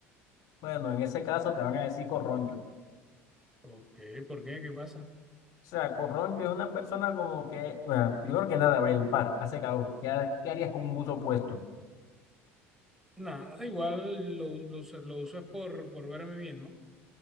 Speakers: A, on the left; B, in the centre.
A: Bueno, en ese caso te van a decir corroncho.
B: ¿O qué? ¿Por qué? ¿Qué pasa?
A: O sea, Corroncho es una persona como que, bueno, primero que nada, Valledupar, hace calor. ¿Qué, ha- qué harías con un buzo puesto?
B: Nada, igual lo, lo, uso- lo uso es por, por verme bien, ¿no?